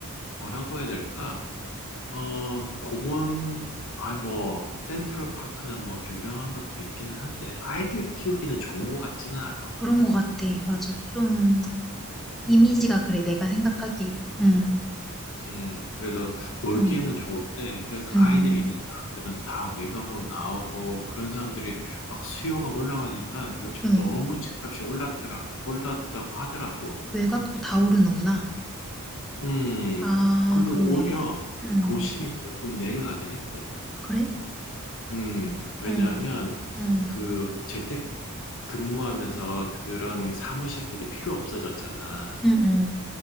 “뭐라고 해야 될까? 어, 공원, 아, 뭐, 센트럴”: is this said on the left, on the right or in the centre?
Left